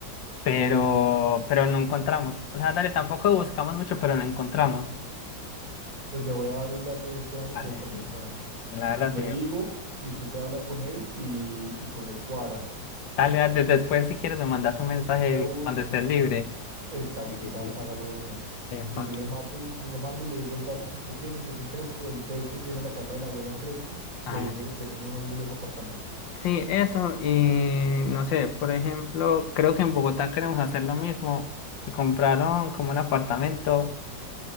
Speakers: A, on the left (about 80°); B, on the right (about 45°).
A: Pero,
B: Ok,
A: pero no encontramos. O sea, dale, tampoco buscamos mucho, pero no encontramos.
B: Pues le voy a dar el dato de esta, de
A: Parce,
B: esta persona.
A: sí. La verdad,
B: Le
A: sí.
B: digo y usted se habla con él y, y con él cuadra.
A: Dale, dale, después si quieres me mandas un mensaje
B: De uno.
A: cuando estés libre.
B: Exacto,
A: Sí, sí,
B: da-
A: sí.
B: hágale una.
A: Epa.
B: Le- Yo le mato, yo le mando y le digo el dato que usted tiene, que es en Crespo. Él, de hecho, tiene la casa de la abuela en Crespo
A: Ah,
B: y ahí es donde
A: dale.
B: tienen unos de los apartamentos.
A: sí, eso. Y no sé, por ejemplo, creo que en Bogotá queremos hacer lo mismo. Se compraron como un apartamento.